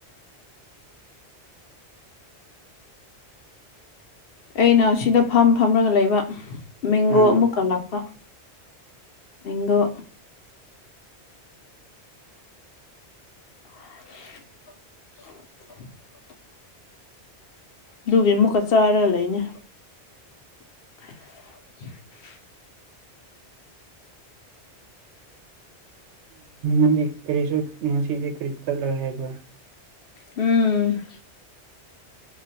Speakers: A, on the left; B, on the right.
A: ꯑꯩꯅ ꯁꯤꯗ ꯐꯝ ꯐꯝꯂꯒ ꯂꯩꯕ ꯃꯦꯡꯒꯣ
B: ꯎꯝ
A: ꯑꯃꯨꯛ ꯀꯜꯂꯛꯄ ꯏꯒꯣ <unintelligible> ꯑꯗꯨꯒꯤ ꯑꯃꯨꯛꯀ ꯆꯥꯔꯒ ꯂꯩꯅꯤ <unintelligible>
B: ꯎꯝꯗꯤ ꯀꯔꯤꯁꯨ ꯉꯁꯤꯗꯤ ꯀꯔꯤ ꯆꯠꯂꯣꯏ ꯍꯥꯏꯕ
A: ꯎꯝ